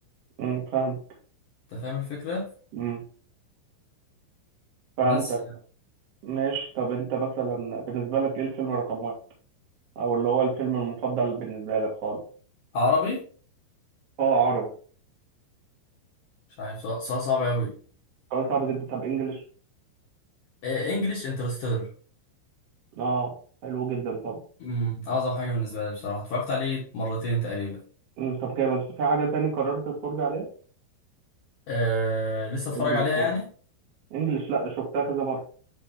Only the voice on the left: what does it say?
أنت فاهم الفكرة؟
بس يعني
عربي
مش عارف سؤال سؤال صعب أوي
آه إنجليش انترستيلر
أمم، أعظم حاجة بالنسبة لي بصراحة اتفرجت عليه مرتين تقريبا
آه لسه اتفرج
عليها
يعني